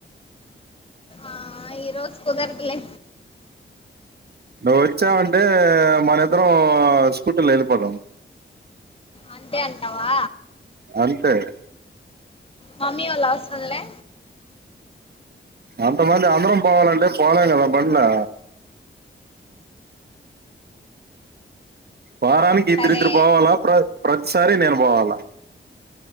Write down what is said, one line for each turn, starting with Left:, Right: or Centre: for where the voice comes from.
Left: ఆ ఈ రోజు కుదర్దులే
Right: నువ్వు వచ్చినావ్ అంటే మనక్ ఇద్దరం స్కూటీ లో వెళ్ళిపోదాం
Left: అంతే అంటావా
Right: అంతే ఇక
Left: మమ్మీ వాళ్లు అవసరం లా
Right: అంతమందా అందరం పోవాలంటేం పోలేంగదా బండ్లో వారానికి ఇద్దరిద్దరు
Left: సరే
Right: పోవాలా ప్ర ప్రతిసారి నేను బోవాలా